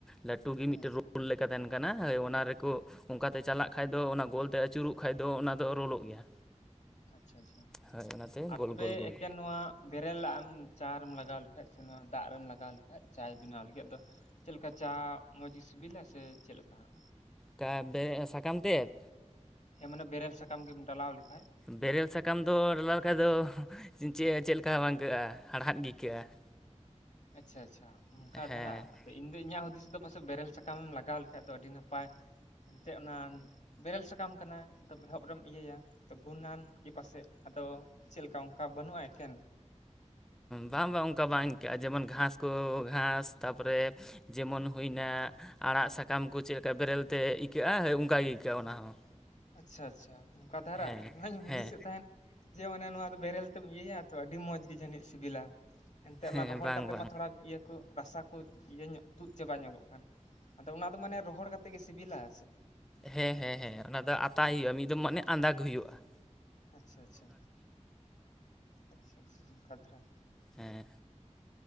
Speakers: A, in the centre; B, on the left.
A: ᱞᱟᱹᱴᱩ ᱜᱮ ᱢᱤᱫᱴᱮᱱ
B: ᱦᱮᱸ
A: ᱨᱳᱞ ᱞᱮᱠᱟ ᱛᱟᱦᱮᱱ ᱠᱟᱱᱟ ᱚᱱᱟ ᱨᱮᱠᱚ ᱚᱱᱠᱟᱛᱮ ᱪᱟᱞᱟᱜ ᱠᱷᱟᱱ ᱫᱚ ᱚᱱᱟ ᱜᱳᱞᱛᱮ ᱟᱹᱪᱩᱨᱚᱜ ᱠᱷᱟᱡ ᱫᱚ ᱚᱱᱟ ᱫᱚ ᱨᱳᱞᱳᱜ ᱜᱮᱭᱟ
B: ᱟᱪᱪᱷᱟ ᱟᱪᱪᱷᱟ
A: ᱦᱳᱭ ᱚᱱᱟᱛᱮ
B: ᱟᱨ
A: ᱜᱳᱞ
B: ᱛᱚᱵᱮ
A: ᱜᱳᱞ ᱜᱳᱞ
B: ᱮᱠᱮᱱ ᱱᱚᱣᱟ ᱵᱮᱨᱮᱞ ᱟᱱ ᱪᱟ ᱨᱮᱢ ᱞᱟᱜᱟᱣ ᱞᱮᱠᱷᱟᱡ ᱥᱮ ᱱᱚᱣᱟ ᱫᱟᱜ ᱨᱮᱢ ᱞᱟᱜᱟᱣ ᱞᱮᱠᱷᱟᱡ ᱪᱟᱭ ᱵᱮᱱᱟᱣ ᱞᱟᱹᱜᱤᱫ ᱟᱫᱚ ᱪᱮᱫ ᱞᱮᱠᱟ ᱪᱟ ᱢᱚᱡᱽ ᱜᱮ ᱥᱤᱵᱤᱞᱟ ᱥᱮ ᱪᱮᱫ ᱞᱮᱠᱟ ᱦᱟᱜ
A: ᱠᱟᱵᱮ ᱥᱟᱠᱟᱢ ᱛᱮᱫ
B: ᱦᱮᱸ ᱢᱟᱱᱮ ᱵᱮᱨᱮᱞ ᱥᱟᱠᱟᱢ ᱜᱮᱢ ᱰᱟᱞᱟᱣ ᱞᱮᱠᱷᱟᱡ
A: ᱵᱮᱨᱮᱞ ᱥᱟᱠᱟᱢ ᱫᱚ ᱰᱟᱞᱟᱣ ᱞᱮᱠᱷᱟᱡ ᱫᱚ ᱪᱮᱫ ᱪᱮᱫ ᱞᱮᱠᱟ ᱵᱟᱝ ᱟᱹᱭᱠᱟᱹᱜᱼᱟ ᱦᱟᱲᱦᱟᱫ ᱜᱮ ᱟᱹᱭᱠᱟᱹᱜᱼᱟ ᱾
B: ᱟᱪᱪᱷᱟ ᱟᱪᱪᱷᱟ ᱚᱱᱠᱟ
A: ᱦᱮᱸ
B: ᱫᱷᱟᱨᱟ ᱟᱫᱚ ᱤᱧ ᱫᱚ ᱤᱧᱟᱹᱜ ᱦᱩᱫᱤᱥ ᱫᱚ ᱯᱟᱥᱮᱡ ᱵᱮᱨᱮᱞ ᱥᱟᱠᱟᱢᱮᱢ ᱞᱟᱜᱟᱣ ᱦᱮᱜ ᱟᱫᱚ ᱟᱹᱰᱤ ᱱᱟᱯᱟᱭ ᱮᱱᱛᱮᱫ ᱚᱱᱟ ᱵᱮᱨᱮᱞ ᱥᱟᱠᱟᱢ ᱠᱟᱱᱟ ᱛᱟᱵ ᱮᱦᱚᱵ ᱨᱮᱢ ᱤᱭᱟᱹᱭᱟ ᱜᱩᱱᱟᱱ ᱜᱮ ᱯᱟᱥᱮᱡ ᱟᱫᱚ ᱪᱮᱫ ᱞᱮᱠᱟ ᱚᱱᱠᱟ ᱵᱟᱹᱱᱩᱜᱼᱟ ᱮᱠᱮᱱ
A: ᱵᱟᱝ ᱵᱟᱝ ᱚᱱᱠᱟ ᱵᱟᱝ ᱟᱹᱭᱠᱟᱹᱜᱼᱟ ᱡᱮᱢᱚᱱ ᱜᱷᱟᱥ ᱠᱚ ᱜᱷᱟᱥ ᱛᱟ ᱯᱚᱨᱮ ᱡᱮᱢᱚᱱ ᱦᱩᱭᱱᱟ ᱟᱲᱟᱜ ᱥᱟᱠᱟᱢ ᱠᱚ ᱪᱮᱫ ᱞᱮᱠᱟ ᱵᱮᱨᱮᱞ ᱛᱮ ᱟᱹᱭᱠᱟᱹᱜᱼᱟ ᱦᱳᱭ ᱚᱱᱠᱟᱜᱮ ᱟᱹᱭᱠᱟᱹᱜᱼᱟ ᱚᱱᱟ ᱦᱚᱸ
B: ᱟᱪᱪᱷᱟ ᱟᱪᱪᱷᱟ ᱚᱱᱠᱟ ᱫᱷᱟᱨᱟ
A: ᱦᱮᱸ
B: ᱤᱧ ᱢᱟᱧ ᱦᱩᱫᱤᱥᱮᱫ
A: ᱦᱮᱸ
B: ᱛᱟᱦᱮᱸᱱ ᱡᱮ ᱚᱱᱮ ᱱᱚᱣᱟ ᱫᱚ ᱵᱮᱨᱮᱞ ᱛᱮᱢ ᱤᱭᱟᱹᱭᱟ ᱛᱚ ᱟᱹᱰᱤ ᱢᱚᱸᱡᱽ ᱜᱮ ᱡᱟᱹᱱᱤᱡ ᱥᱤᱵᱤᱞᱟ ᱮᱱᱛᱮᱫ
A: ᱦᱮᱸ
B: ᱚᱱᱟ ᱨᱚᱦᱚᱲ
A: ᱵᱟᱝ
B: ᱠᱟᱛᱮ
A: ᱵᱟᱝ
B: ᱢᱟ ᱛᱷᱚᱲᱟ ᱤᱭᱟᱹ ᱨᱟᱥᱟ ᱠᱚ ᱤᱭᱟᱹ ᱧᱚᱜ ᱛᱩᱫ ᱪᱟᱵᱟ ᱧᱚᱜᱚᱜ ᱠᱟᱱ ᱟᱫᱚ ᱚᱱᱟ ᱫᱚ ᱢᱟᱱᱮ ᱨᱚᱦᱚᱲ ᱠᱟᱛᱮᱫ ᱜᱮ ᱥᱤᱵᱤᱞᱟ ᱥᱮ
A: ᱦᱮᱸ ᱦᱮᱸ ᱦᱮᱸ ᱚᱱᱟ ᱫᱚ ᱟᱛᱟᱭ ᱦᱩᱭᱩᱜᱼᱟ ᱢᱤᱫ ᱫᱚᱢ ᱢᱟᱱᱮ ᱟᱸᱫᱟᱜ ᱦᱩᱭᱩᱜᱼᱟ ᱾
B: ᱟᱪᱪᱷᱟ ᱟᱪᱪᱷᱟ ᱟᱪᱪᱷᱟ ᱟᱪᱪᱷᱟ ᱱᱚᱝᱠᱟ ᱫᱷᱟᱨᱟ
A: ᱦᱮᱸ